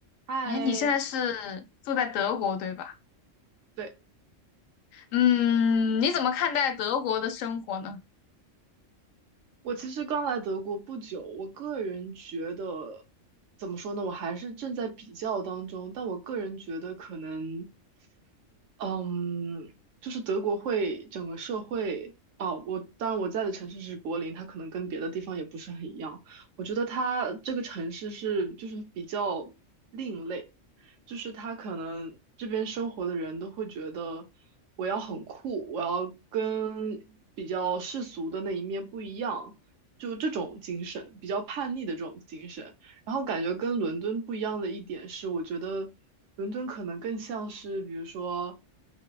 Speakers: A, on the right; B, on the left.
A: 嗨，
B: 哎，你现在是住在德国，对吧？
A: 对，
B: 嗯，你怎么看待德国的生活呢？
A: 我其实刚来德国不久，我个人觉得怎么说呢，我还是正在比较当中，但我个人觉得可能嗯，就是德国会整个社会啊，我当然我在的城市是柏林，它可能跟别的地方也不是很一样。我觉得它这个城市是就是比较另类，就是它可能这边生活的人都会觉得我要很酷，我要跟比较世俗的那一面不一样，就这种精神，比较叛逆的这种精神。然后感觉跟伦敦不一样的一点是，我觉得伦敦可能更像是，比如说